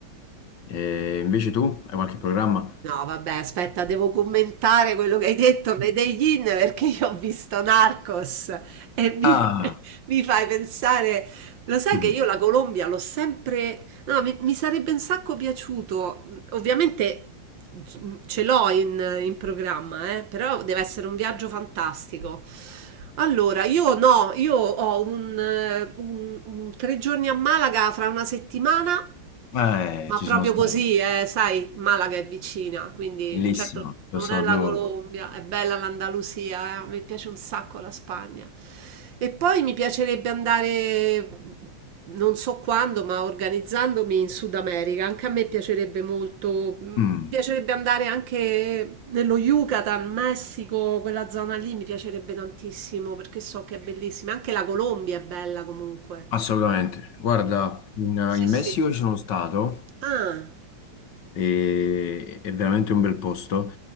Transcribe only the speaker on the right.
No, vabbè, aspetta, devo commentare quello che hai detto, Medellin, perché io ho visto Narcos e mi,
<laughs> mi fai pensare, lo sai
che io la Colombia l'ho sempre... No, mi, mi sarebbe un sacco piaciuto, ovviamente c- ce l'ho in, in programma, eh, però deve essere un viaggio fantastico. Allora, io no, io ho un, eh, un- un tre giorni a Malaga fra una settimana.
Ma
proprio
così, eh, sai, Malaga è vicina, quindi
certo
non
è la
Colombia, è bella l'Andalusia, eh, mi piace un sacco la Spagna. E poi mi piacerebbe andare, non so quando, ma organizzandomi in Sud America, anche a me piacerebbe molto, mi
piacerebbe andare anche nello Yucatan, Messico, quella zona lì mi piacerebbe tantissimo perché so che è bellissima, anche la Colombia è bella comunque.
Sì,
sì.
Ah,